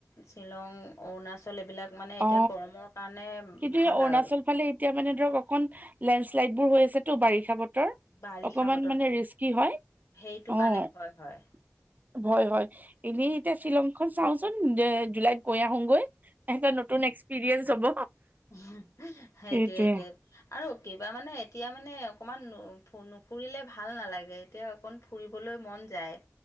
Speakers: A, on the left (about 80°); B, on the right (about 35°).
A: শ্বিলং অৰুণাচল এইবিলাক। মানে
B: অ
A: এতিয়া গৰমৰ কাৰণে
B: কিন্তু
A: ভাল
B: এই অৰুণাচল
A: আৰু।
B: ফালে এতিয়া মানে ধৰক অকন লেণ্ডশ্লাইড বোৰ হৈ আছে তো বাৰিষা বতৰ
A: বাৰিষা
B: অক
A: বতৰ
B: মানে ৰিস্কি হয়
A: সেইটো
B: অ
A: কাৰণে ভয় হয়
B: ' ভয় হয় এনেই এতিয়া শ্ৰীলংকা খন চাওচোন, জুলাইত গৈ আহোগৈ এটা নতুন এক্সপিৰিয়েন্ঞ্চ হ'ব।
A: সেইটোৱেইটো
B: সেইটোৱে
A: আৰু কিবা মানে এতিয়া মানে অকণমান নুফুৰিলে ভাল নালাগে, এতিয়া অকণ ফুৰিবলৈ মন যায়,